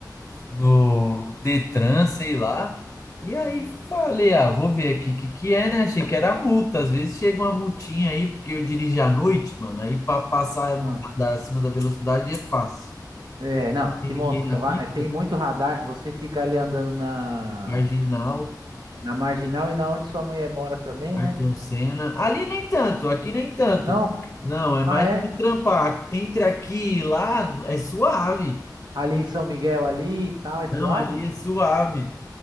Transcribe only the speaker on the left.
do Detran, sei lá. E aí falei, ah, vou ver aqui o que que é, né? Achei que era multa. Às vezes chega uma multinha aí, porque eu dirijo à noite, mano. Aí para passar no,
da, acima da velocidade é fácil.
Não
Tem ninguém
na
pista,
marginal,
Ayrton
Senna. Ali nem tanto, aqui nem tanto.
Não, é mais
do trampar. Entre aqui e lá é suave.
Não, ali é suave.